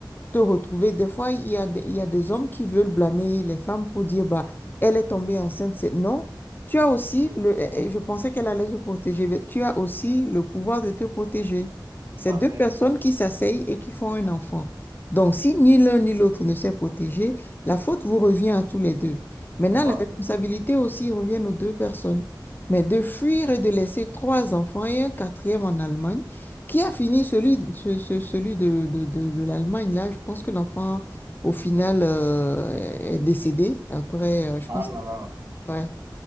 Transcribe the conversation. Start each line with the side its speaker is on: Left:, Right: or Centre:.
Left: te retrouver. Des fois, il y a des, il y a des hommes qui veulent blâmer les femmes pour dire, bah, elle est tombée enceinte. C'est... Non, tu as aussi le, eh, eh, je pensais qu'elle allait se protéger, mais tu as aussi le pouvoir de te protéger. C'est
Right: tout à
Left: deux
Right: fait,
Left: personnes qui s'asseyent et qui font un enfant. Donc, si ni l'un ni l'autre ne s'est protégé, la faute vous revient à tous les deux. Maintenant,
Right: tout
Left: les
Right: à
Left: responsabilités
Right: fait.
Left: aussi reviennent aux deux personnes. Mais de fuir et de laisser trois enfants et un quatrième en Allemagne, qui a fini celui, ce- ce- celui de, de, de, de l'Allemagne, là? Je pense que l'enfant, au final, euh, est décédé. Après, euh, je
Right: Ah
Left: pense,
Right: là là,
Left: ouais,